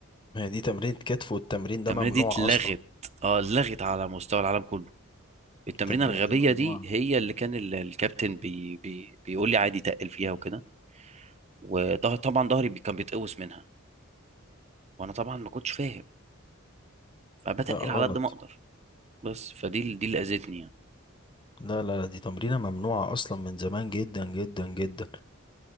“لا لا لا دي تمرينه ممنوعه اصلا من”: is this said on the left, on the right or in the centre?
Left